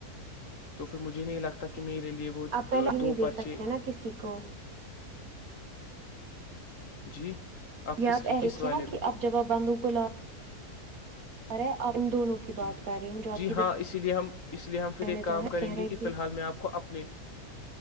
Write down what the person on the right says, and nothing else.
آپ پہلے
ہی نہیں
دے
سکتے نا کسی کو
آپ
دیکھے
نا
کہ اب جب آپ باندوں کو لا رہے ہیں آپ ان دونوں کی بات
کر رہی ہوں جو آپ
کی
بہنیں
دو
ہیں
کہہ
رہے